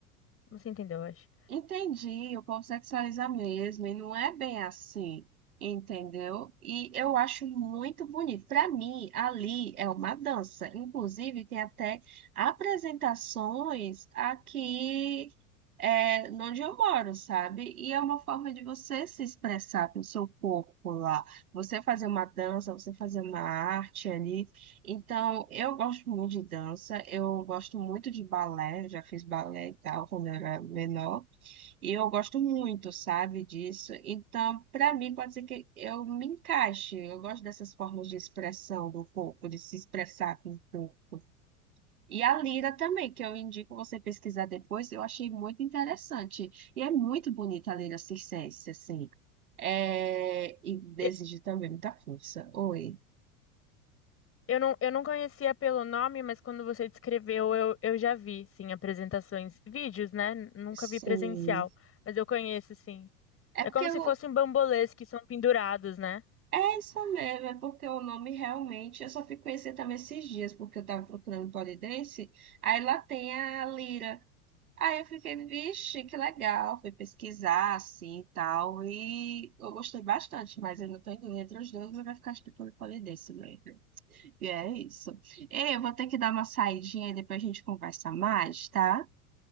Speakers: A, on the left; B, on the right.
A: você entendeu, eu acho.
B: Entendi, o povo sexualiza mesmo, e não é bem assim, entendeu? E eu acho muito bonito. Para mim, ali é uma dança. Inclusive, tem até apresentações aqui é, onde eu moro, sabe? E é uma forma de você se expressar com o seu corpo lá. Você fazer uma dança, você fazer uma arte ali. Então, eu gosto muito de dança, eu gosto muito de balé, eu já fiz balé e tal quando eu era menor. E eu gosto muito, sabe, disso. Então, para mim, pode ser que eu me encaixe. Eu gosto dessas formas de expressão do corpo, de se expressar com o corpo. E a lira também, que eu indico você pesquisar depois, eu achei muito interessante. E é muito bonita a lira circense, assim. É... E desejo
A: E-
B: também muita força. Oi.
A: Eu não, eu não conhecia pelo nome, mas quando você descreveu, eu, eu já vi, sim, apresentações, vídeos, né? Nunca
B: Sim.
A: vi presencial, mas eu conheço, sim.
B: É
A: É
B: porque
A: como se
B: eu,
A: fossem bambolês que são pendurados, né?
B: É isso mesmo, é porque o nome realmente, eu só fui conhecer também esses dias, porque eu tava procurando pole dance, aí lá tem a lira. Aí eu fiquei, vixe, que legal, fui pesquisar assim e tal, e eu gostei bastante, mas eu não tô indo entre os dois, mas vai ficar estudando pole dance mesmo. E é isso. Ei, eu vou ter que dar uma saidinha e depois a gente conversa mais, tá?